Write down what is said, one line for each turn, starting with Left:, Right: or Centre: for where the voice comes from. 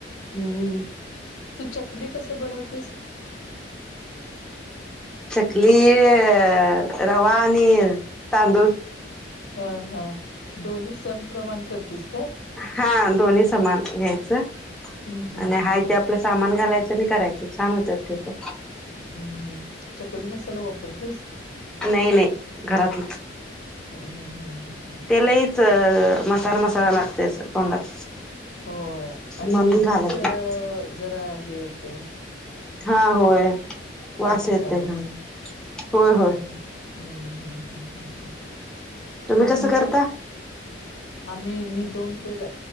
Centre: हम्म.
Left: तू चकली कस बनवतिस.
Centre: चकली अ रवा आणि तांदूळ --
Left: ह ह. दोन्ही समप्रमाण करतीस काय?
Centre: हा दोन्ही समान घ्यायचं
Left: हम्म हम्म
Centre: आणि
Left: हम्म
Centre: हा त्या आ -- पलं सामान घालायचं आणि करायचं छान होतात ते पण.
Left: हम्म हम्. चकली मसाला वापरतेस?
Centre: नाही, नाही, घरातलं
Left: हम्म हम्म हम्म हम्म
Centre: ते लई -- च मसाला मसाला लागतेय अस तोंडात.
Left: होय आणि
Centre: म्हणून
Left: मेथीच
Centre: घालत नाही
Left: जरा हे हुतय --
Centre: हा होय. वास
Left: त्या मसाल्यात
Centre: येतोय हं. होय, होय.
Left: हम्म हम्म, हम्म, हम्, हम्, हम्.
Centre: तुम्ही
Left: मग
Centre: कसं
Left: तुमचं
Centre: करता
Left: - -आम्ही मी दोन पेल